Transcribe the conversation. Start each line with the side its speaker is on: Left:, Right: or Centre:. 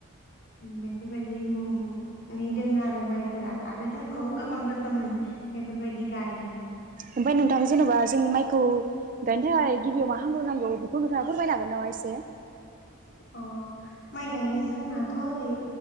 Left: बेफोरबायदि मुं नि दोंङो आ रो माइफोरा आरो दंबावो गोबां रोखोमनि बेफोरबायदि गायो।
Right: ओमफ्राय नोंथां जेन'बा जों माइखौ गायनो थाखाय गिबियाव मा खामग्रो नांगौ बेखौ नोंथाङा फोरमायनो हागोन नामा एसे।
Left: अ माय गायनो जोंनाथ ओरै